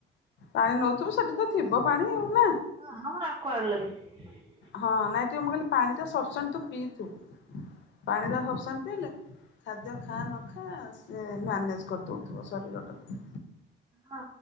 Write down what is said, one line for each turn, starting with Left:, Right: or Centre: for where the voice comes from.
Left: ପାଣି ନଉଥିବୁ। ସେଠି ତ ଥିବ ପାଣି ଆଉ ନା?
Right: ହଁ, ଆମର ଆକ୍ୱାଗାର୍ଡ ଲାଗିଛି।
Left: ହଁ, ନାଇଁ ଟିକେ ମୁଁ କହିଲି ପାଣି ଟା ସଫସେଣ୍ ତୁ ପିଇଥିବୁ ପାଣି ଟା ସଫସେଣ୍ଟ ପିଇଲେ। ଖାଦ୍ୟ ଖା ନ ଖା ସେ ମ୍ୟାନେଜ କରିଦଉଥିବ ଶରୀରଟାକୁ।
Right: ହଁ